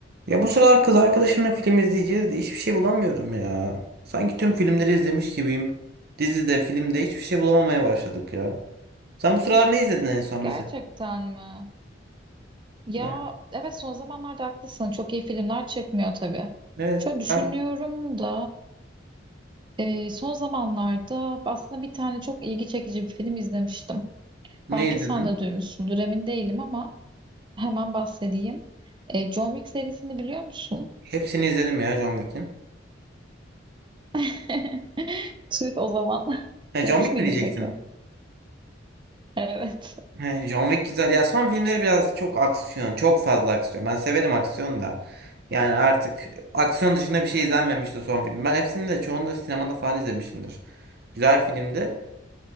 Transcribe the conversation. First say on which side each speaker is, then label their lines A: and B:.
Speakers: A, on the right; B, on the right.
A: Ya bu sıralar kız arkadaşımla film izleyeceğiz de hiçbir şey bulamıyorum ya. Sanki tüm filmleri izlemiş gibiyim. Dizide, filmde hiçbir şey bulamamaya başladık ya. Sen bu sıralar ne izledin en son
B: Gerçekten
A: mesela?
B: mi? Ya
A: <laughs> Ha,
B: evet son zamanlarda haklısın. Çok iyi filmler çekmiyor tabii.
A: Evet,
B: Şöyle düşünüyorum
A: ben
B: da e, son zamanlarda aslında bir tane çok ilgi çekici bir film izlemiştim.
A: ne
B: Belki
A: izledim?
B: sen de duymuşsundur emin değilim ama hemen bahsedeyim. E, John Wick serisini biliyor musun?
A: Hepsini izledim ya John Wick'in.
B: <laughs> Tüh o zaman. <laughs>
A: He,
B: Demiş
A: John Wick
B: miydin
A: mi diyecektin?
B: peki? Evet.
A: He, John Wick güzel. Ya son filmleri biraz çok aksiyon, çok fazla aksiyon. Ben severim aksiyon da. Yani artık aksiyon dışında bir şey izlenmemişti son film. Ben hepsini de çoğunu da sinemada falan izlemişimdir. Güzel filmdi.